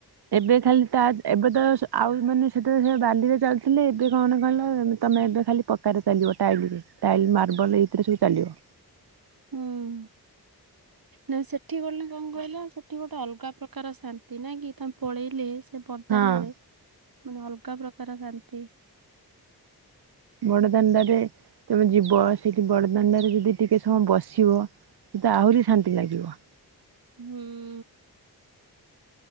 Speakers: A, on the right; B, on the right.
A: ଏବେ ଖାଲି ତାଦ୍ ଏବେ ତ ସ ଆଉ ମାନେ ସେତେବେଳେ ସେ ବାଲିରେ ଚାଲୁଥିଲେ ଏବେ କଣ କହିଲ ତମେ ଏବେ ଖାଲି ପଥ୍ ଥରରେ ଚାଲିବ ଟାଇଲ୍ ରେ ଟାଇଲ୍, ମାର୍ବଲ ଏଇଥିରେ ସବୁ ଚାଲିବ।
B: ହୁଁ ଉଁ। ନାଇଁ ସେଠି ଗଲେ କଣ କହିଲ? ସେଠି ଗୋଟେ ଅଲଗା ପ୍ରକାର ଶାନ୍ତି ନା କି ତମେ ପଳେଇଲେ ସେ ବଡଦାଣ୍ଡରେ
A: ହଁ
B: ମାନେ ଅଲଗା ପ୍ରକାର ଶାନ୍ତି।
A: ବଡଦାଣ୍ଡ ରେ ତମେ ଯିବ। ସେଇଠି ବଡଦାଣ୍ଡରେ ଯଦି ଟିକେ ସମୟ ବସିବ ସେତ ଆହୁରି ଶାନ୍ତି ଲାଗିବ।
B: ହୁଁ।